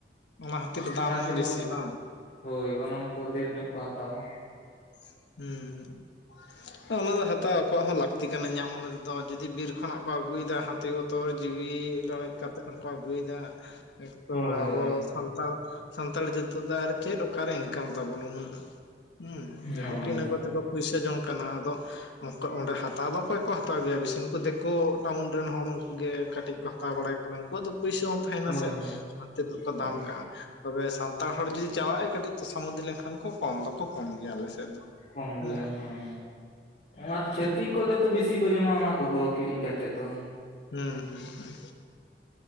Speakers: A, on the left; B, on the left.
A: ᱚᱱᱟ ᱠᱷᱟᱹᱛᱤᱨ ᱫᱟᱢ
B: ᱚᱱᱟᱛᱮ
A: ᱵᱮᱥᱤ
B: ᱵᱚᱱ
A: ᱵᱟᱝ
B: ᱦᱳᱭ ᱜᱚᱱᱚᱝ ᱠᱚ ᱰᱷᱮᱨ ᱧᱚᱜ ᱠᱚ ᱦᱟᱛᱟᱣᱟ ᱾
A: ᱦᱩᱸ ᱾ ᱚᱱᱟ ᱫᱚ ᱦᱟᱛᱟᱣ ᱟᱠᱚᱣᱟᱜ ᱦᱚᱸ ᱞᱟᱹᱠᱛᱤ ᱠᱟᱱᱟ ᱧᱟᱢ ᱢᱚᱱᱮ ᱛᱮᱫᱚ ᱡᱩᱫᱤ ᱵᱤᱨ ᱠᱷᱚᱱᱟᱜ ᱠᱚ ᱟᱹᱜᱩᱭᱮᱫᱟ, ᱦᱟᱛᱤ ᱵᱚᱛᱚᱨ ᱡᱤᱣᱤ ᱨᱟᱲᱮᱡ ᱠᱟᱛᱮᱫ ᱦᱚᱸᱠᱚ ᱟᱹᱜᱩᱫᱟ ᱱᱤᱛᱚᱜ
B: ᱦᱳᱭ
A: ᱟᱵᱚ,
B: ᱦᱳᱭ
A: ᱥᱟᱱᱛᱟᱲ ᱥᱟᱱᱛᱟᱲ ᱡᱟᱹᱛᱤ ᱫᱚ ᱟᱨ ᱪᱮᱫ ᱚᱠᱟᱨᱮ ᱤᱱᱠᱟᱢ ᱛᱟᱵᱚᱱ ᱩᱱᱟᱹᱜ ᱦᱩᱸ,
B: ᱦᱳᱭ
A: ᱡᱟᱭᱦᱳᱠ ᱤᱱᱟᱹ ᱠᱚ ᱛᱮ ᱠᱚ ᱯᱩᱭᱥᱟᱹ ᱡᱚᱝ ᱠᱟᱱᱟ ᱟᱫᱚ, ᱚᱸᱰᱮ ᱦᱟᱛᱟᱣ ᱫᱚ ᱚᱠᱚᱭ ᱠᱚ ᱦᱟᱛᱟᱣ ᱜᱮᱭᱟ ᱵᱮᱥᱤ ᱱᱩᱠᱩ ᱫᱮᱠᱳ ᱴᱟᱣᱩᱱ ᱨᱮᱱ ᱦᱚᱲ ᱩᱱᱠᱩ ᱜᱮ, ᱠᱟᱹᱴᱤᱡ ᱠᱚ ᱦᱟᱛᱟᱣ ᱵᱟᱲᱟᱭ ᱠᱟᱱᱟ ᱩᱱᱠᱩᱣᱟᱜ ᱫᱚ ᱯᱩᱭᱥᱟᱹ ᱦᱚᱸ ᱛᱟᱦᱮᱱᱟ
B: ᱦᱳᱭ
A: ᱥᱮ,
B: ᱦᱳᱭ
A: ᱚᱱᱛᱮ ᱫᱚᱠᱚ ᱫᱟᱢ
B: ᱦᱳᱭ
A: ᱠᱟᱜᱼᱟ ᱛᱚᱵᱮ ᱥᱟᱱᱛᱟᱲ ᱦᱚᱲ ᱡᱩᱫᱤ ᱪᱟᱞᱟᱜ ᱟᱭ ᱠᱟᱹᱴᱤᱡ, ᱠᱚᱥᱟᱢᱩᱫᱤ ᱞᱮᱱᱠᱷᱟᱱ ᱠᱚ ᱠᱚᱢ ᱫᱚᱠᱚ ᱠᱚᱢ ᱜᱮᱭᱟ ᱟᱞᱮᱥᱮᱫ ᱫᱚ,
B: ᱠᱚᱢ
A: ᱦᱮᱸ
B: ᱜᱮᱭᱟ ᱦᱳᱭ ᱟᱨ
A: ᱱᱚᱝᱠᱟ
B: ᱪᱷᱟᱹᱛᱤᱠ ᱠᱚᱜᱮ, ᱛᱚ ᱵᱤᱥᱤ ᱠᱚ ᱡᱚᱢᱟ ᱚᱱᱟ ᱠᱚᱫᱚ ᱠᱤᱨᱤᱧ ᱠᱟᱛᱮᱫ ᱫᱚ,
A: ᱦᱩᱸ ᱦᱩᱸ ᱦᱩᱸ